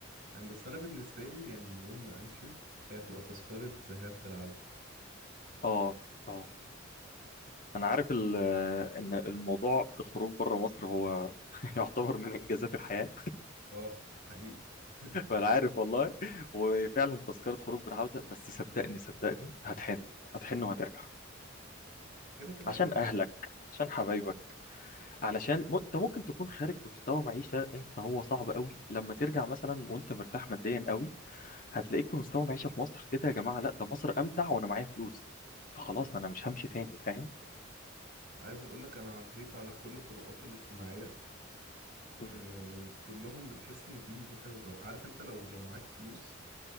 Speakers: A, on the right; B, on the left.
A: فاهم بس انا بالنسبة لي يعني يوم ما امشي هي تبقى تذكرة ذهاب بالعودة
B: اه اه انا عارف ال- ان الموضوع الخروج بره مصر هو <laughs> يعتبر من انجازات الحياة
A: اه حقيقي <laughs>
B: فانا عارف والله وفعلا تذكرة خروج بالعودة بس صدقني صدقني هتحن هتحن وهترجع
A: كده كده
B: عشان
A: هتحن
B: اهلك عشان حبايبك علشان م... انت ممكن تكون خارج بمستوى معيشه انت هو صعب قوي لما ترجع مثلا وانت مرتاح ماديا قوي هتلاقيك في مستوى معيشه في مصر ايه ده يا جماعه لا ده مصر امتع وانا معايا فلوس فخلاص انا مش همشي تاني فاهم
A: عايز اقول لك انا عديت على كل الطبقات الاجتماعية
B: مم.
A: أه كلهم بتحس ان في في حاجة غلط عارف انت لو لو معاك فلوس